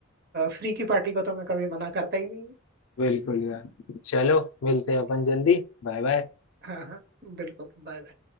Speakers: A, on the right; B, on the left.
A: फ्री की पार्टी को तो मैं कभी मना करता ही नहीं
B: बिल्कुल यार चलो मिलते हैं
A: ठीक
B: अपन जल्दी Bye bye
A: हाँ हाँ बिल्कुल बाय बाय।